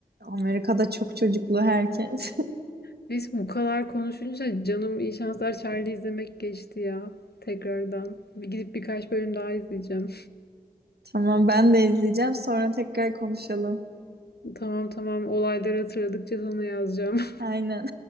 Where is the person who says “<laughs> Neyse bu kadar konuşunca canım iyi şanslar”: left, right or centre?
Left